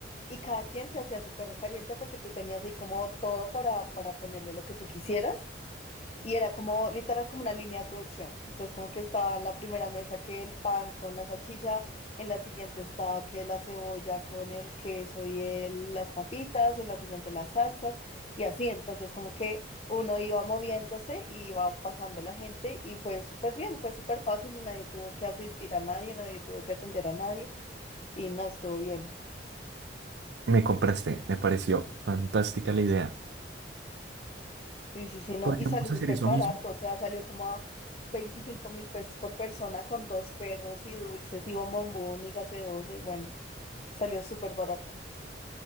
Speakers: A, on the left; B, on the right.
A: y cada quien se hacía su perro caliente porque tú tenías ahí como todo para, para ponerle lo que tú quisieras. Y era como literal como una línea de producción. Entonces como que estaba en la primera mesa que el pan con la salchicha, en la siguiente estaba que la cebolla con el queso y el- las papitas, en la siguiente las salsas y así. Entonces como que uno iba moviéndose y iba pasando la gente y fue súper bien, fue súper fácil y nadie tuvo que asistir a nadie, nadie tuvo que atender a nadie y no estuvo bien.
B: Me compraste. Me pareció fantástica la idea.
A: Sí, sí, sí, no.
B: ¿Podríamos
A: Y sale súper
B: hacer eso
A: barato,
B: mismo?
A: o sea, salió como a 25 mil pesos por persona con dos perros y dulces y bombombón y gaseosa y bueno, salió súper barato.